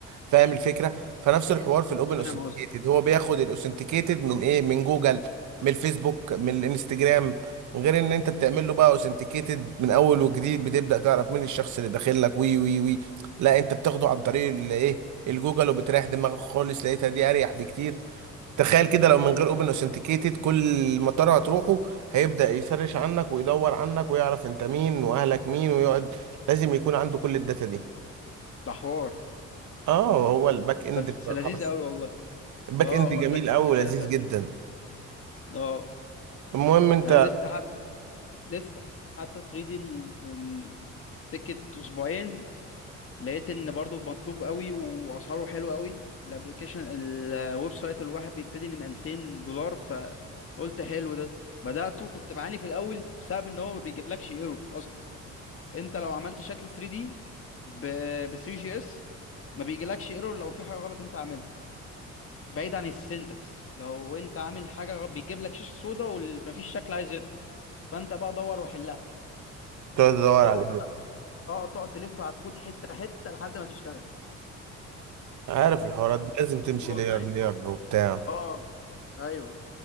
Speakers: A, on the right; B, on the left.
A: فاهم الفكرة فنفس الحوار في الاوبن اوثنتيكيتد
B: فاهم قصدي
A: هو بياخد الاوثنتيكيتد من ايه من جوجل من الفيسبوك من الانستجرام غير ان انت بتعمل له بقى اوثنتيكيتد من اول وجديد بتبدا تعرف مين الشخص اللي داخل لك وي وي وي لا انت بتاخده عن طريق الايه الجوجل وبتريح دماغك خالص لقيتها دي اريح بكتير تخيل كده لو من غير اوبن اوثنتيكيتد كل مطار هتروحه هيبدا يسرش عنك ويدور عنك ويعرف انت مين واهلك مين ويقعد لازم يكون عنده كل الداتا دي
B: ده حوار
A: اه هو الباك اند
B: بس
A: بصراحه
B: لذيذ قوي والله
A: الباك
B: اه
A: اند
B: هو
A: جميل
B: الباك اند
A: قوي ولذيذ
B: كده فات
A: جدا
B: اه
A: المهم انت
B: انا لسه حتى لسه حتى 3 دي ال- من سكة اسبوعين لقيت ان برضو مطلوب قوي واسعاره حلوه قوي الابلكيشن الويب سايت الواحد بيبتدي من 2000 دولار فقلت حلو ده بدأته كنت بعاني في الاول بسبب ان هو ما بيجيبلكش ايرور اصلا انت لو عملت شكل 3 دي ب 3 جي اس ما بيجيلكش ايرور لو في حاجه غلط انت عاملها بعيد عن السنتكس لو انت عامل حاجه غ- بيجيب لك شاشه سودا ومفيش شكل عايز يطلع فانت بقى دور وحلها
A: تقعد تدور
B: تقعد
A: على الهيرو
B: بقى اه تقعد تلف على الكود حته حته لحد ما تشتغل
A: عارف الحوارات دي لازم تمشي
B: مرتين
A: لير لير وبتاع
B: اه ايوه